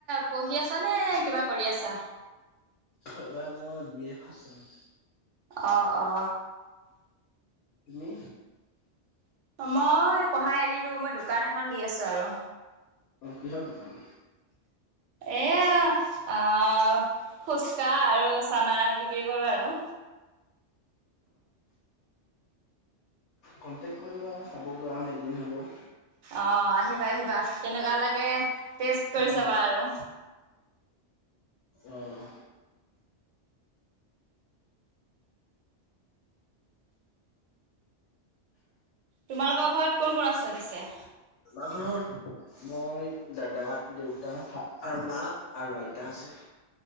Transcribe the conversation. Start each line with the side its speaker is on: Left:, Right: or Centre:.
Right: পঢ়ি আছা নে কিবা কৰি আছা?
Left: এইবাৰ মই বি এ ফাছ চেম।
Right: অ-অ।
Left: তুমি?
Right: মই পঢ়া এৰিলো মই দোকান এখন দি আছোঁ আৰু।
Left: অ কিহৰ দোকান?
Right: এয়া আ ফুচকা আৰু চানা বিক্ৰী কৰোঁ আৰু।
Left: কণ্টেক কৰিবা চাব <unintelligible> এদিন হলেওঁ।
Right: অ, আহিবা আহিবা। কেনেকুৱা লাগে টেষ্ট কৰি
Left: অ',
Right: চাবা আৰু।
Left: অ'।
Right: তোমালোকৰ ঘৰত কোন কোন আছে পিছে?
Left: আমাৰ ঘৰত মই, দাদা, দেউতা আৰু মা আৰু আইতা আছে। <inaudible>